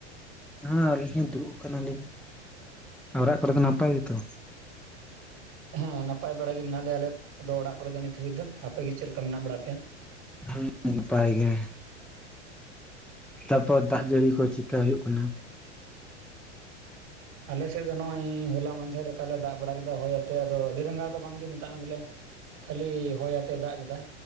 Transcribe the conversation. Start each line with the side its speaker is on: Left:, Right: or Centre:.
Centre: ᱦᱮᱸ ᱟᱹᱞᱤᱧ ᱦᱚᱸ ᱫᱩᱲᱩᱵ ᱟᱠᱟᱱᱟᱞᱤᱧ ᱚᱲᱟᱜ ᱠᱚᱨᱮ ᱫᱚ ᱱᱟᱯᱟᱭ ᱜᱮᱛᱚ?
Right: ᱦᱮᱸ ᱱᱟᱯᱟᱭ ᱵᱟᱲᱟ ᱜᱮ ᱢᱮᱱᱟᱜ ᱞᱮᱭᱟ ᱦᱮ ᱱᱟᱯᱟᱭ ᱵᱟᱰᱟᱭᱟ ᱜᱮ ᱢᱮᱱᱟ ᱞᱮᱭᱟ ᱟᱞᱮ ᱫᱚ ᱚᱲᱟᱜ ᱠᱚᱨᱮᱚ ᱱᱤᱛ ᱦᱟᱹᱵᱤᱡ ᱫᱚ ᱟᱯᱮᱜ ᱜᱮ ᱪᱮᱫ ᱞᱮᱠᱟ ᱢᱮᱱᱟᱜ ᱵᱟᱲᱟ ᱯᱮᱭᱟ?
Centre: ᱦᱮᱸ ᱱᱟᱯᱟᱭ ᱜᱮ᱾ ᱛᱟᱯᱚᱨ ᱫᱟᱜ ᱡᱟᱹᱲᱤ ᱠᱚ ᱪᱮᱠᱟ ᱦᱩᱭᱩᱜ ᱠᱟᱱᱟ
Right: ᱟᱞᱮ ᱥᱮᱫ ᱫᱚ ᱱᱚᱜ ᱚᱚᱭ ᱦᱚᱞᱟ ᱢᱟᱫᱷᱮᱨ ᱞᱮᱠᱟᱞᱮ ᱫᱟᱜ ᱵᱟᱲᱟ ᱠᱮᱫᱟ ᱦᱚᱳᱭᱟᱛᱮ ᱟᱫᱚ ᱟᱹᱰᱤ ᱨᱟᱸᱜᱟ ᱫᱚ ᱵᱟᱝᱜᱮ ᱢᱮᱛᱟᱜ ᱢᱮ ᱵᱚᱞᱮᱼᱼ ᱠᱷᱟᱹᱞᱤ ᱦᱚᱭ ᱟᱛᱮ ᱫᱟᱜ ᱠᱮᱫᱟᱭ᱾